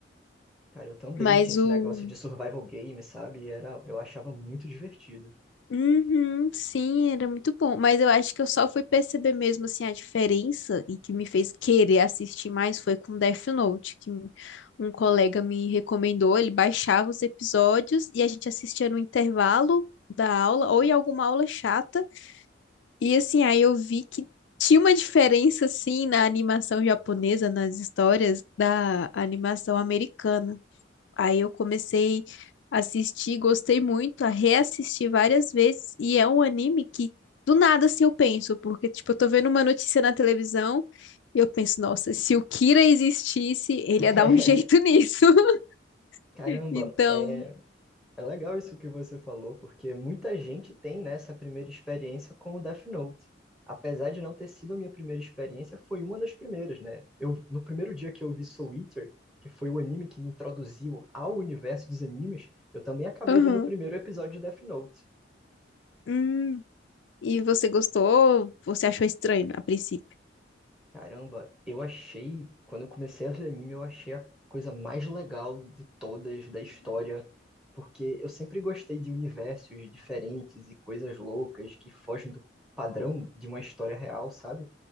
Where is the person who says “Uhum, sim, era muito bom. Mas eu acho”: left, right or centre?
Left